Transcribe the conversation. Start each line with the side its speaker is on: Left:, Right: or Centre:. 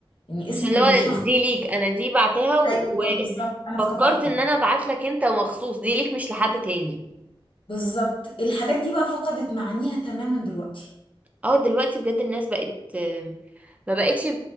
Left: يعني اسم
Right: عشان اللي
Left: الشخص
Right: هو دي ليك انا دي بعتها
Left: ايوه
Right: و...
Left: بالظبط انا افتكرت
Right: وفكرت ان انا ابعت لك انت مخصوص دي ليك مش لحد تاني
Left: بالظبط الحاجات دي بقى فقدت معانيها تماما دلوقتي
Right: اه دلوقتي بجد الناس بقت ما بقتش